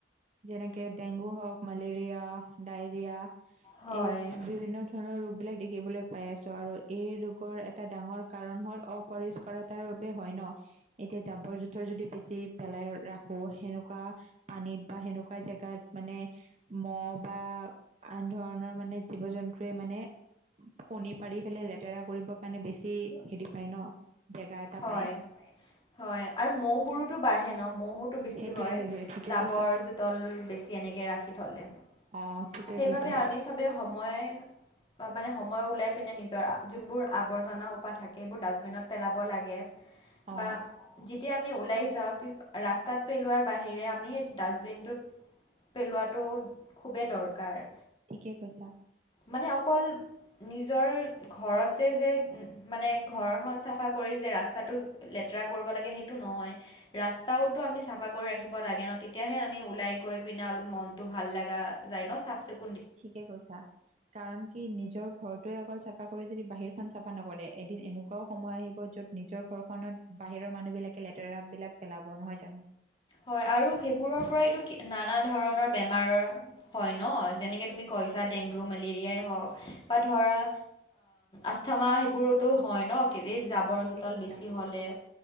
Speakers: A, on the right (about 35°); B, on the left (about 25°).
A: যেনেকে ডেংগু হওঁক মেলেৰিয়া, ডায়ৰিয়া
B: হয়
A: এই বিভিন্ন ধৰণৰ ৰোগবিলাক দেখিবলৈ পাই আছো আৰু এই ৰোগৰ এটা ডাঙৰ কাৰণ হ'ল অ পৰিষ্কাৰতাৰ বাবে হয় ন। এতিয়া জাবৰ- জোথৰ যদি বেছি পেলাই ৰাখোঁ, সেনেকুৱা পানীত বা সেনেকুৱা জেগাত মানে মহ' বা আন ধৰণৰ মানে জীৱ- জন্তুৱে মানে কণী পাৰি পেলাই লেতেৰা কৰিব কাৰণে বেছি হেৰি পায় ন। জেগা এটা
B: হয়-
A: পায়
B: হয়, আৰু মহ'বোৰোতো বাঢ়ে ন মহ' টো বেছি
A: সেইটোয়ে
B: হয়।
A: সেইটোয়ে ঠিকে
B: জাবৰ-
A: কৈছ
B: জোতল বেছি এনেকে ৰাখি থ'লে।
A: অ, ঠিকে
B: সেইবাবে
A: কৈছা।
B: আমি চবে সময় বা মানে সময় ওলাই পিনে নিজৰ যোনবোৰ আৱৰ্জনা সোপা থাকে, সেইবোৰ ডাষ্টবিনত থ'ব লাগে বা
A: অ
B: যেতিয়া আমি ওলাই যাওঁ, ৰাস্তাত পেলোৱাৰ বাহিৰে আমি সেই ডাষ্টবিনটোত পেলোৱাটো খুবেই দৰকাৰ।
A: ঠিকে কৈছা।
B: মানে অকল নিজৰ ঘৰত যে- যে মানে ঘৰখন চাফ চাফা কৰি যে, ৰাস্তাটো লেতেৰা কৰিব লাগে সেইটো নহয়। ৰাস্তাওটো আমি চাফা কৰি ৰাখিব লাগে ন, তেতিয়াহে আমি ওলাই গৈ পিনে অলপ মন ভাল লাগা যায় ন, চাফ চিকুন
A: ঠিকে কৈছা। কাৰণ কি নিজৰ ঘৰটোৱে অকল চাফা কৰি যদি বাহিৰ খন চাফা নকৰে এদিন এনেকুৱাও সময় আহিব য'ত নিজৰ ঘৰখনত বাহিৰৰ মানুহবিলাকে লেতেৰা বিলাক পেলাব নহয় জানো।
B: হয় আৰু সেইবোৰৰ পৰাইতো নানা ধৰণৰ বেমাৰৰ হয় ন, যেনেকে তুমি ডেংগু, মেলেৰিয়াই হওঁক বা ধৰা আস্থামা সেইবোৰতো হয় ন জাবৰ-
A: ঠিকে
B: জোতল
A: কৈছা
B: বেছি হ'লে।